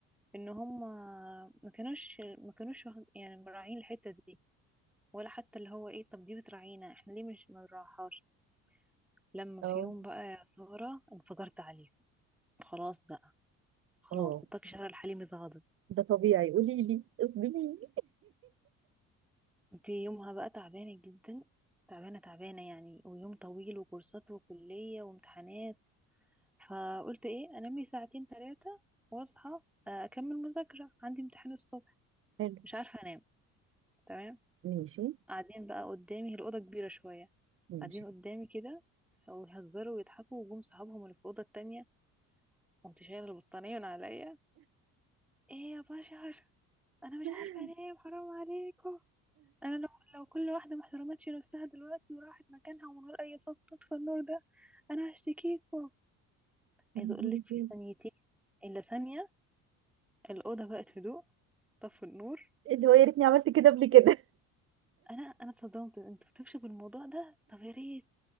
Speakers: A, in the centre; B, on the right (about 30°).
A: ان هم ما كانوش ما كانوش واخد- يعني مراعين الحتة دي ولا حتى اللي هو ايه طب دي بتراعينا احنا ليه مش ما بنراعيهاش لما
B: اه
A: في يوم بقى يا سارة انفجرت عليهم خلاص بقى خلاص
B: اه
A: الطاقة شارع الحليمي اتغضب
B: ده طبيعي قولي لي اصدميني
A: انت يومها بقى تعبانة جدا تعبانة تعبانة يعني ويوم طويل وكورسات وكلية وامتحانات فقلت ايه انام لي ساعتين ثلاثة واصحى آه، اكمل مذاكرة عندي امتحان الصبح
B: <laughs> حلو
A: مش عارفة انام تمام
B: ماشي
A: قاعدين بقى قدامي هي الأوضة كبيرة شوية
B: ماشي
A: قاعدين قدامي كده ويهزروا ويضحكوا وجم صحابهم اللي في الأوضة التانية قمت شايلة البطانية من عليا ايه يا بشر انا مش
B: <laughs>
A: عارفة انام حرام عليكم انا لو لو كل واحدة ما احترمتش نفسها دلوقتي وراحت مكانها ومن غير اي صوت تطفى النور ده انا هشتكيكوا
B: <laughs> يا
A: عايزة
B: نهار
A: اقولك في
B: أبيض.
A: ثانيتين الا ثانية الأوضة بقت هدوء طفوا النور
B: اللي هو يا ريتني عملت كده قبل كده <laughs>
A: انا انا اتصدمت انتوا بتكشفوا الموضوع ده طب يا ريت